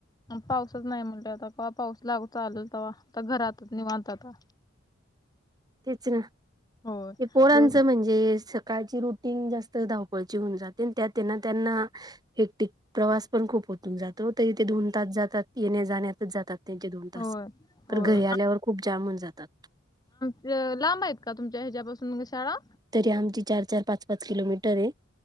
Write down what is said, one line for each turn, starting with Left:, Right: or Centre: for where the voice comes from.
Left: पाऊसच नाही म्हटले आता केव्हा पाऊस लागू चालेल तेव्हा का घरातच निवांत आता.
Right: तेच ना
Left: होय
Right: ते पोरांचा
Left: दिवस
Right: म्हणजे सकाळची रु टिन जास्त धाऊपळची होऊन जाते अन त्या तेन त्यांना हेक्टिक प्रवास पण खूप होतून जातो ते इथे दोन तास जातात येण्या जाण्यातच जातात त्यांचे दोन तास
Left: होय होय
Right: तर घरी आल्यावर खूप जामण जातात.
Left: अ लांब आहेत का तुमच्या ह्याच्यापासून शाळा?
Right: तरी आमची चार-चार पाच-पाच किलोमीटर आहे.